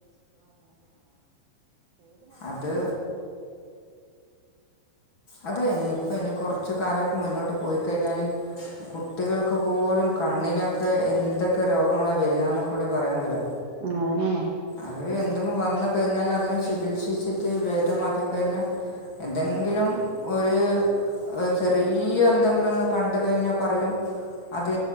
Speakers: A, on the left; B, on the right.
A: അത് അതെ ഇനി ഇപ്പൾ ഇനി കുറച്ച കാലമൊക്കെ മുന്നോട്ട് പോയിക്കഴിഞ്ഞല് കുട്ടികൾക്ക് പോലും കണ്ണിനൊക്കെ എന്തൊക്കെ രോഗങ്ങളെ വരികന്നൊക്കൂടി പറയാൻ കഴിയൂല.
B: ഉം അതെന്നെ ആണേ
A: അവര് എന്തെങ്കിലും വന്ന കഴിഞ്ഞാൽ അതിനെ ചികിത്സിച്ചിട്ട് ഭേദമാക്കി കഴിഞ്ഞ എന്തെങ്കിലും ഒരു ചെറിയന്തെങ്കിലും ഒന്ന് കണ്ട് കഴിഞ്ഞാ പറയും അത്